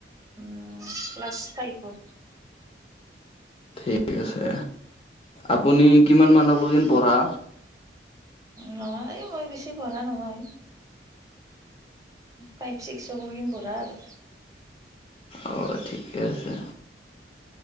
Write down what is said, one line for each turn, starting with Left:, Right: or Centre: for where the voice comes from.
Right: উম ক্লাছ ফাইবত।
Left: ঠিক আছে আপুনি কিমান মানলৈ যেন পঢ়া,
Right: নাই মই বেছি পঢ়া নহয়। ফাইভ ছিক্সক লেকে পঢ়া আৰু
Left: অ ঠিকে আছে।